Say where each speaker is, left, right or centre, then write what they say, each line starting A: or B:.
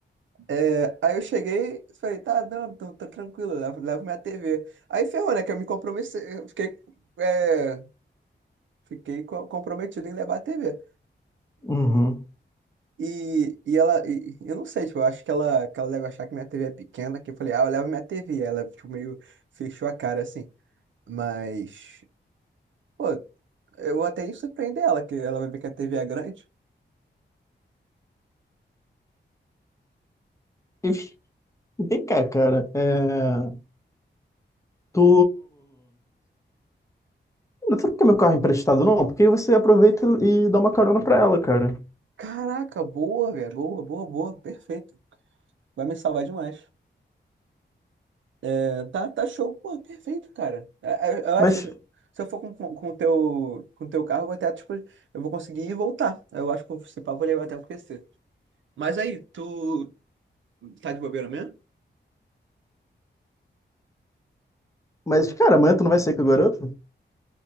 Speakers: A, on the right; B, on the left.
A: É, aí eu cheguei, falei, tá, não, tô, tô tranquilo, levo, levo minha TV. Aí ferrou, né, que eu me comprometi, eu fiquei, é, fiquei co- comprometido em levar a TV.
B: Uhum.
A: E, e ela, e- eu não sei, tipo, eu acho que ela, que ela deve achar que minha TV é pequena, que eu falei, ah, eu levo minha TV. Ela, tipo, meio fechou a cara assim. Mas, pô, eu até ia surpreender ela, que ela vai ver que a TV é grande.
B: E vem cá, cara. É... Tu. Não sei por que meu carro é emprestado, não. Porque aí você aproveita e dá uma carona pra ela, cara.
A: Caraca, boa, velho, boa, boa, boa, perfeito. Vai me salvar demais. É, tá, tá show, pô, perfeito, cara. É, Eu, eu acho,
B: Mas,
A: se eu for com, com, com o teu, com o teu carro, eu vou até, tipo, eu vou conseguir ir e voltar. Eu acho que, se pá, eu vou levar até o PC. Mas aí, tu tá de bobeira mesmo?
B: mas cara, amanhã tu não vai sair com a garota?